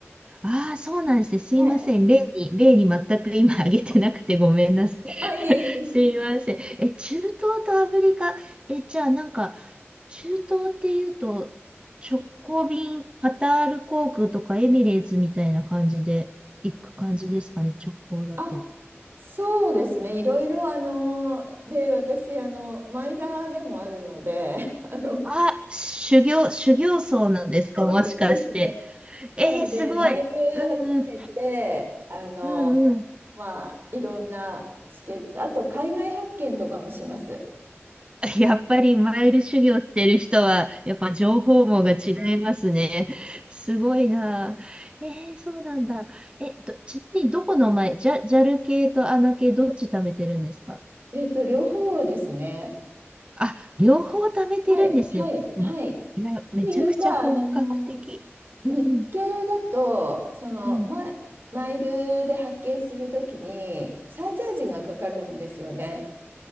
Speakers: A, on the right; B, on the right.
A: ああ、そうなんですね。すいません。
B: はい。
A: 例に、例に全く今挙げてなくてごめんなさい。<laughs>
B: あ、いえいえいえ。
A: すいません。え、中東とアフリカ、え、じゃあなんか、中東っていうと、直行便、カタール航空とかエミレーツみたいな感じで行く感じですかね、直行だと。
B: あ、そうですね。いろいろ、あの、で、私、あの、マイラーでもあるので、<laughs> あの、
A: あ、修行、修行僧なんですか、
B: そう、
A: もしかして。
B: そうですね。なので、
A: えーすごい。
B: マイル集めて、
A: うんうん、
B: あの、
A: うんうん。
B: まあ、いろんなチケット、あと海外発見とかもします。
A: <laughs> やっぱりマイル修行してる人は、やっぱ情報網が違いますね。すごいな。えー、そうなんだ。え、ど、ちなみにどこのマイ、ジャ、ジャル系とアナ系どっち貯めてるんですか
B: えっと、両方ですね。
A: あ、両方貯めてるんですね。
B: はい、はい、
A: ま、
B: はい。っ
A: いや、めちゃくちゃ本格的。
B: ていうか、あの
A: うん、
B: ー、日系だと、その、
A: うん、
B: マイマイルで発見するときに、サーチャージがかかるんですよね。